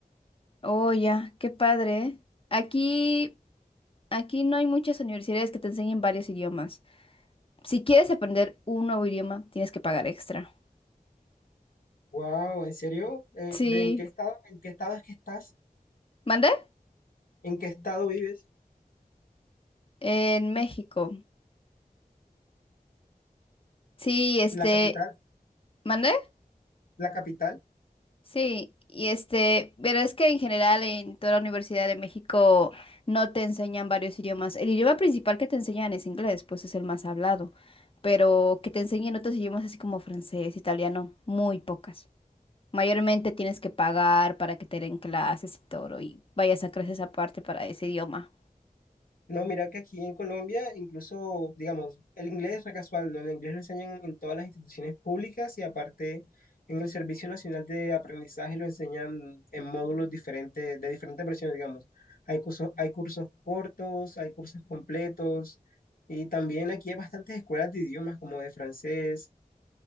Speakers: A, on the left (about 40°); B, on the left (about 75°).
A: Oh, ya, qué padre. ¿eh? Aquí, aquí no hay muchas universidades que te enseñen varios idiomas. Si quieres aprender un nuevo idioma, tienes que pagar extra.
B: Wow, ¿en serio? Eh,
A: Sí.
B: ¿de en qué estado, en qué estado es que estás?
A: ¿mande?
B: ¿En qué estado vives?
A: En México. Sí, este,
B: ¿La capital?
A: ¿Mande?
B: ¿La capital?
A: Sí, y este, pero es que en general en toda la Universidad de México no te enseñan varios idiomas. El idioma principal que te enseñan es inglés, pues es el más hablado, pero que te enseñen otros idiomas así como francés, italiano, muy pocas. Mayormente tienes que pagar para que te den clases y todo, y vayas a clases aparte para ese idioma.
B: No, mira que aquí en Colombia, incluso, digamos, el inglés es re casual, ¿no? El inglés lo enseñan en todas las instituciones públicas y aparte en el Servicio Nacional de Aprendizaje lo enseñan en módulos diferentes, de diferentes versiones, digamos. Hay cursos, hay cursos cortos, hay cursos completos y también aquí hay bastantes escuelas de idiomas como de francés.